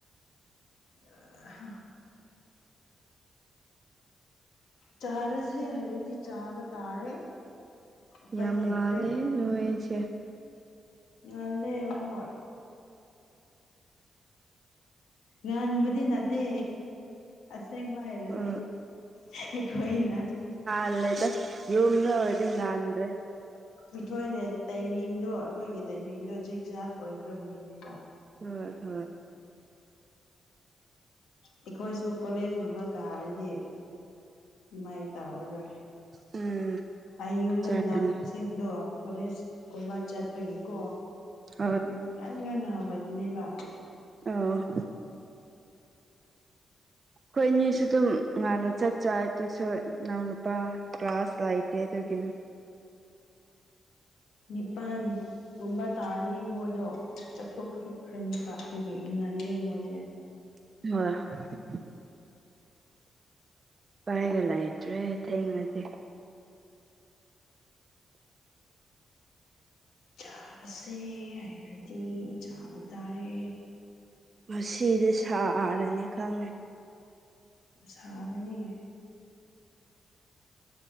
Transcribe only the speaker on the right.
ꯌꯥꯝ
ꯉꯥꯜꯂꯦꯍꯦ ꯅꯣꯢꯁꯦ꯫
ꯎꯝ
ꯉꯜꯂꯦꯗ꯫ ꯌꯨꯝꯗ ꯑꯣꯢꯔꯗꯤ ꯉꯥꯟꯗ꯭ꯔꯦ꯫
ꯍꯣꯢ ꯍꯣꯢ꯫
ꯎꯝ
ꯆꯥꯔꯅꯤ
ꯑꯥ
ꯑꯣ ꯑꯩꯈꯣꯢꯅꯤꯁꯨ ꯑꯗꯨꯝ ꯉꯥꯟꯅ ꯆꯥꯛ ꯆꯥꯢ ꯑꯗꯨꯁꯨ ꯏꯅꯥꯎ ꯅꯨꯄꯥ ꯀ꯭ꯂꯥꯁ ꯂꯩꯇꯦ ꯑꯗꯨꯒꯤꯅꯤ꯫
<unintelligible> ꯎꯄꯥꯢꯒ ꯂꯩꯇ꯭ꯔꯦ ꯊꯦꯡꯉꯗꯤ꯫
ꯉꯁꯤꯗꯤ ꯁꯥꯔꯅꯤ ꯈꯪꯉꯦ꯫